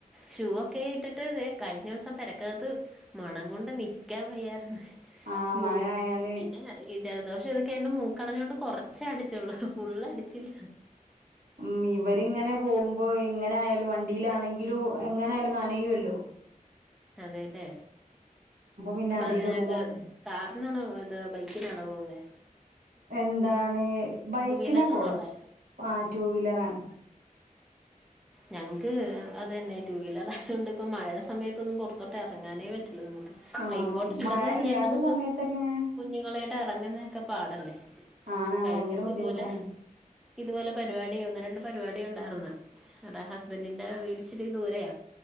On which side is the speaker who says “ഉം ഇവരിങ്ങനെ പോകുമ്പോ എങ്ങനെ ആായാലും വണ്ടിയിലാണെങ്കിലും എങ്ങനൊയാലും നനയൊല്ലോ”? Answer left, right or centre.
Right